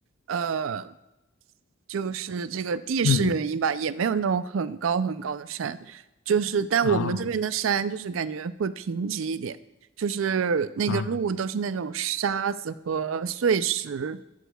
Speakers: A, on the right (about 75°); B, on the left (about 80°).
A: 呃，就是这个地势原因吧，
B: 嗯
A: 也没有那种很高很高的山，就是但我们这边的山就是感觉会贫瘠一点，
B: 哦
A: 就是那个路都是那种沙子和碎石，
B: 啊